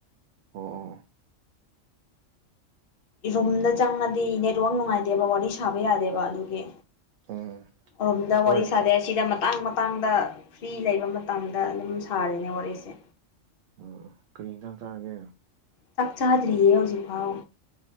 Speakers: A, on the right; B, on the left.
A: ꯑꯣ
B: ꯔꯨꯝꯗ
A: ꯎꯝ
B: ꯆꯪꯉꯗꯤ ꯅꯦꯠꯋꯛ ꯅꯨꯡꯉꯥꯏꯗꯦꯕ ꯋꯥꯔꯤ ꯁꯥꯕ ꯌꯥꯗꯦꯕ ꯑꯗꯨꯒꯤ
A: ꯎꯝ ꯎꯝ
B: ꯔꯣꯝꯗ ꯋꯥꯔꯤ
A: ꯍꯣꯏ
B: ꯋꯥꯔꯤ ꯁꯥꯗꯦꯁꯤꯗ ꯃ ꯃꯇꯥꯡ ꯃꯇꯥꯡꯗ ꯐ꯭ꯔꯤ ꯂꯩꯕ ꯃꯇꯝꯗ ꯑꯗꯨꯝ ꯁꯥꯔꯤꯅꯦ ꯋꯥꯔꯤꯁꯦ
A: ꯑꯣ ꯀꯔꯤ ꯌꯦꯟꯁꯥꯡ ꯆꯥꯔꯒꯦ
B: ꯆꯥꯛ ꯆꯥꯗ꯭ꯔꯤꯌꯦ ꯍꯧꯖꯤꯛꯐꯥꯎ